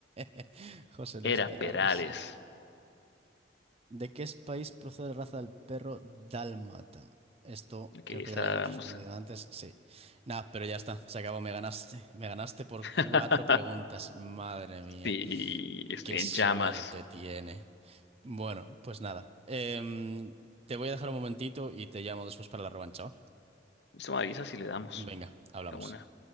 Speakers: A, on the right; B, on the left.
A: <laughs> José Luis
B: Era
A: Perales.
B: Perales.
A: ¿De qué país procede la raza del perro dálmata? Esto
B: Ok,
A: creo
B: esta
A: que ya lo
B: la
A: habíamos
B: damos.
A: respondido antes, sí. Nada, pero ya está, se acabó, me ganaste. Me ganaste por
B: <laughs>
A: cuatro preguntas, madre mía,
B: Sí, estoy
A: qué
B: en
A: suerte
B: llamas.
A: tiene. Bueno, pues nada, em, te voy a dejar un momentito y te llamo después para la revancha, ¿va?
B: Eso me avisa si le damos.
A: Venga, hablamos.
B: a una.